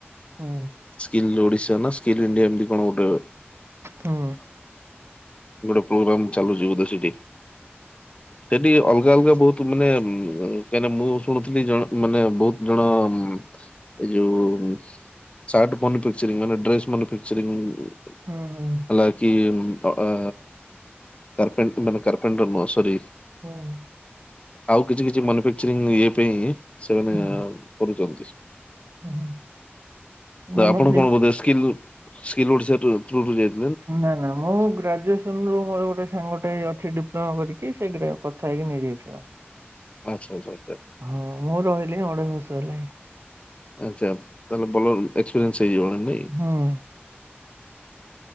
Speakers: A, on the right; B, on the left.
A: ହୁଁ
B: ସ୍କିଲ୍ ଓଡିଶା ନା ସ୍କିଲ୍ ଇଣ୍ଡିଆ ଏମତି କଣ ଗୋଟେ
A: ହୁଁ
B: ଗୋଟେ ପ୍ରୋଗ୍ରାମ୍ ଚାଲୁଚି ବୋଧେ ସେଇଠି? ସେଠି ଅଲଗା ଅଲଗା ବହୁତ ମାନେ ଉଁ, କାହିଁନା ମୁଁ ଶୁଣୁଥିଲି ଜଣ ମାନେ ବହୁତ ଜଣ ଉଁ, ଉଁ, ଏ ଯୋଉା ଉଁ, ସାର୍ଟ ପନ ପିନଛନି ମାନେ ଡ୍ରେସ୍ ମାନେ ପିନଛନି ଉଁ,
A: ହୁଁ ହୁଁ।
B: ଆଲା କିି ଉଁ, ଅ, ଆ, କାର୍ପେଣ୍ଟ ମାନେ କାର୍ପ ପେଣ୍ଡ ନ ସରି
A: ହଁ।
B: ଆଉ କିଛି କିଛି ମନିଫେକ୍ଚରିଂ ଇଏ ପାଇଁ ସେମାନେ
A: ହୁଁ
B: କରୁଚନ୍ତି।
A: ହୁଁ
B: ନା
A: ଆମର
B: ଆପଣ
A: ସେ
B: କଣ ବୋଧେ ସ୍କିଲ୍ ସ୍କିଲ୍ ଓଡିଶା <unintelligible>
A: ନା ନା ମୁଁ ଗ୍ରାଜୁଏସନ ରୁ ମୋର ଗୋଟେ ସାଙ୍ଗଟେ ଅଛି ଡିପ୍ ଫର୍ମ ଭରିକି ସେଇ ଦିନ କଥା ହେଇକି ନେଇଯାଇଥିଲା।
B: ଆଚ୍ଛା, ଆଚ୍ଛା।
A: ହଁ ମୁଁ ରହିଲି ଅଢେଇ ବର୍ଷ ହେଲାଣି।
B: ଆଚ୍ଛା ତାହେଲେ ଭଲ ଏସପିରିଏନ୍ସ ସେଇଯିବଣି ନାଇ?
A: ହୁଁ।